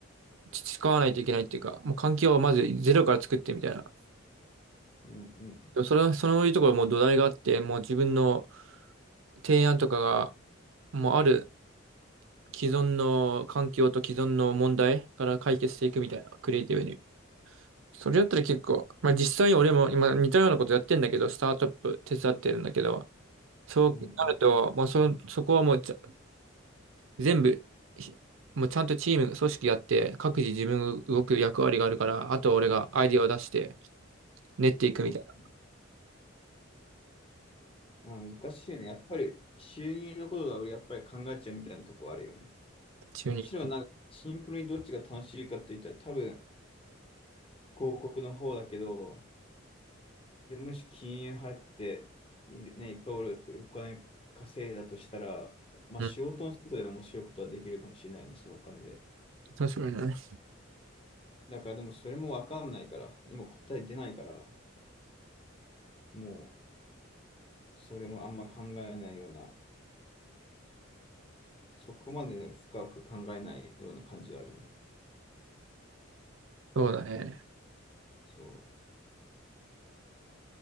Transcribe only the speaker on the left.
うんうん。
うん
うん。うんまあ、難しいよね。やっぱり収入のことが俺やっぱり考えちゃうみたいなとこあるよね。
もちろんなんかシンプルにどっちが楽しいかって言ったら多分広告の方だけど、いや、もし金融入っている、ね、いっぱい俺お金稼いだとしたら、まあ仕事の外で面白いことはできるかもしれないね、
そのお金で。
だからでもそれもわかんないから、今答え出ないから、もうそれもあんま考えないような、そこまで、ね、深く考えないような感じはあるね。
そ